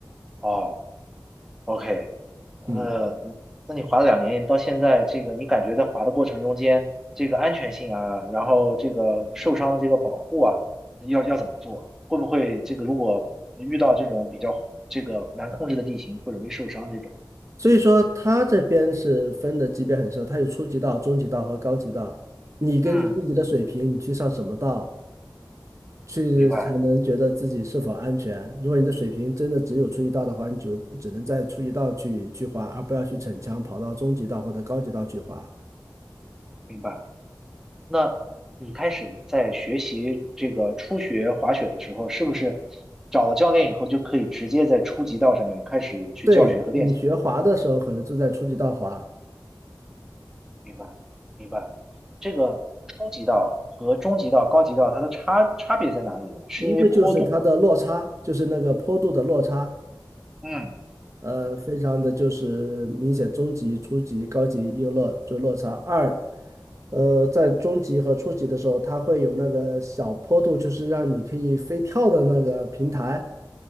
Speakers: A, in the centre; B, on the right (about 40°).
A: 哦，OK。呃，
B: 嗯
A: 嗯那你滑了两年，到现在这个你感觉在滑的过程中间，这个安全性啊，然后这个受伤的这个保护啊，要要怎么做？会不会这个如果遇到这种比较这个难控制的地形，会容易受伤这种？
B: 所以说他这边是分的级别很深，它有初级道、中级道和高级道。你根据自己的水平，
A: 嗯，
B: 你去上什么道，去才能觉得自己是否安全。
A: 明白
B: 如果你的水平真的只有初级道的话，你就只能在初级道去去滑，而不要去逞强跑到中级道或者高级道去滑。
A: 明白。那你开始在学习这个初学滑雪的时候，是不是找了教练以后就可以直接在初级道上面开始去教学和练习？
B: 对，你学滑的时候，可能就在初级道滑，
A: 明白，明白。这个初级道和中级道、高级道，它的差差别在哪里呢？是因为坡度吗？
B: 一个就是它的落差，就是那个坡度的落差，
A: 嗯
B: 呃，非常的就是明显，中级、初级、高级有落就落差。二，呃，在中级和初级的时候，它会有那个小坡度，就是让你可以飞跳的那个平台